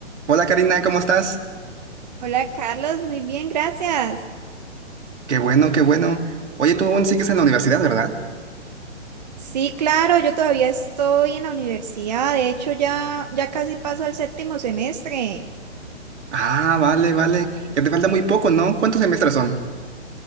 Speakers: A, on the right (about 70°); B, on the right (about 35°).
A: Hola Karina, ¿cómo estás?
B: Hola Carlos, muy bien, gracias.
A: Qué bueno, qué bueno. Oye, tú aún sigues en la universidad, ¿verdad?
B: Sí, claro, yo todavía estoy en la universidad, de hecho ya, ya casi paso al séptimo semestre.
A: Ah, vale, vale. Ya te falta muy poco, ¿no? ¿Cuántos semestres son?